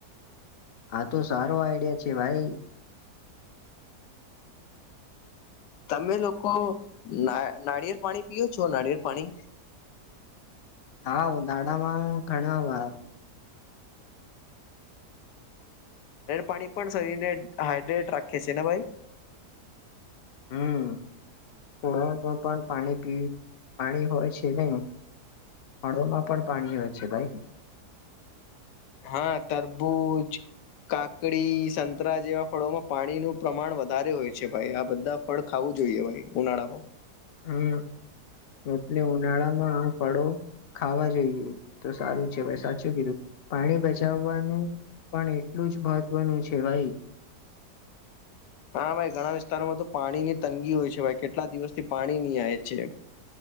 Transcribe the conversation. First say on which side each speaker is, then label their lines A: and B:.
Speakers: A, on the left; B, on the left.
A: હા, તો સારો આઈડિયા છે ભાઈ
B: તમે લોકો ના નારિયેળ પાણી પીઓ છો? નારિયેળ પાણી
A: <inaudible> હા દાડામાં ઘણા વા
B: પાણી પણ શરીરને હાઈડ્રેટ રાખે છે, ને ભાઈ?
A: હમ્મ ળમાં પણ પાણી પી પાણી હોય છે નહી, ફળોમાં પણ પાણી હોય છે ભાઈ
B: હા, તરબૂજ કાકડી સંતરા જેવા ફળોમાં પાણીનુ પ્રમાણ વધારે હોય છે, ભાઈ આ બધા ફળ ખાવું જોઈએ ભાઈ ઉનાળામાં
A: હમ એટલે ઉનાળા માં ફળો ખાવા જોઈએ તો સારું છે સાચું કીધું પાણી બચાવવાનું પણ એટલું જ મહત્વનું છે ભાઈ
B: હા ભાઈ ઘણા વિસ્તારોમાં તો પાણી ની તંગી હોય છે ભાઈ કેટલા દિવસથી પાણી નહી આવે છે